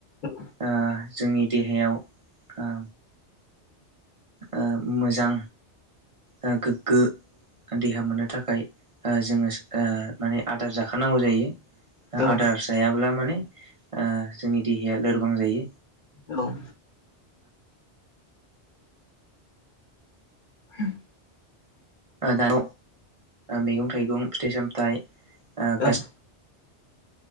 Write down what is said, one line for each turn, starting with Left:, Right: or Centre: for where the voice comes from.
Left: औ।
Right: ओ जोंनि देहायाव ओ ओ मोजां ओ गोग्गो देहा मोननो थाखाय ओ जोङो ओ माने आदार जाखानांगौ जायो। ओ
Left: औ
Right: आदार जायाब्ला माने ओ जोंनि देहाया लोरबां जायो।
Left: हेल'। हम।
Right: दान मैगं थाइगं फिथाइ सामथाय गा
Left: औ